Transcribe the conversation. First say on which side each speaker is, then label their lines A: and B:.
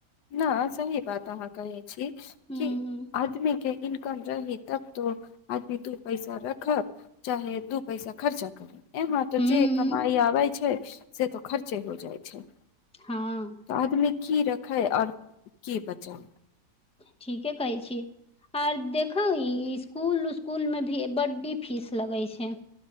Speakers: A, on the left; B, in the centre.
A: हाँ सही बात अहाँ कहै छी
B: हूं
A: की आदमीेकें इनकम रही तब तो आदमी दू पैसा रखब चाहे दू पैसा खर्चा करब एमेहर तऽ
B: हूं
A: जे कमाइ आबै छै से तऽ खर्चे हो जाइ छै
B: हाँ
A: तऽ आदमी की रख तै आओर की बचाअत
B: ठीके कहै छी आर देखब ई इसकुल उस्कुल मे भी बड्डी फीस लगै छै